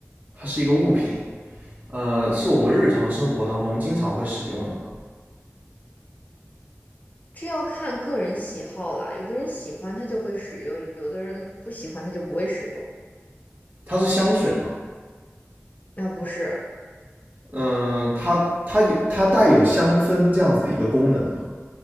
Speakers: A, on the right; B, on the left.
A: 它是一个物品，呃，是我们日常生活当中经常会使用的嘛。
B: 这要看个人喜好啦。有的人喜欢它就会使用，有的人不喜欢它就不会使用。
A: 它是香水嘛？
B: 啊，不是，
A: 嗯、它它有它带有香氛这样子的一个功能嘛？